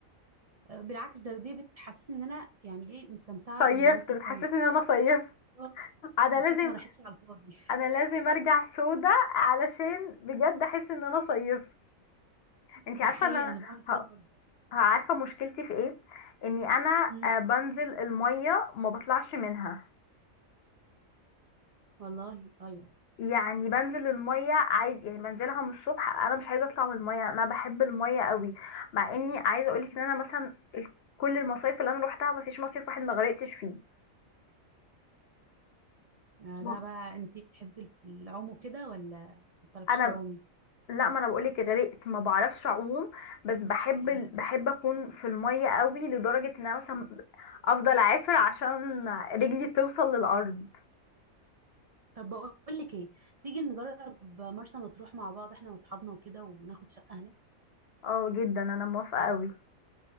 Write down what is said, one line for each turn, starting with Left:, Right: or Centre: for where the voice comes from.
Right: بالعكس ده دي بتحسسني ان انا يعني ايه مستمتعه
Left: صيفت
Right: بالمصيف
Left: بتحسسني
Right: قوي
Left: ان انا صيفت
Right: اه
Left: انا
Right: فلوسي
Left: لازم
Right: ما راحتش على الفاضي
Left: انا لازم ارجع سودا علشان بجد احس ان انا صيفت انت عارفه
Right: <laughs> ده حقيقي
Left: ان انا
Right: انا بعمل
Left: ه-
Right: كده برضه
Left: ه- عارفه مشكلتي في ايه اني انا
Right: أمم،
Left: آه، بنزل الميه ما بطلعش منها
Right: والله ايوه
Left: يعني بنزل الميه عادي يعني بنزلها من الصبح انا مش عايزه اطلع من الميه انا بحب الميه قوي مع اني عايزه اقولك ان انا مثلا ال- كل المصايف اللي انا روحتها ما فيش مصيف واحد ما غرقتش فيه
Right: آه،
Left: ما-
Right: ده بقى انت بتحبي العوم وكده ولا ما بتعرفيش
Left: انا
Right: تعومي
Left: لا ما انا بقولك غرقت ما بعرفش اعوم بس بحب
Right: أمم.
Left: ال- بحب اكون في الميه قوي لدرجه ان انا مثلا افضل اعافر عشان رجلي توصل للارض
Right: طب بقول لك ايه تيجي نجرب مرسى مطروح مع بعض احنا واصحابنا وكده وناخد شقه هناك
Left: اه جدا انا موافقة قوي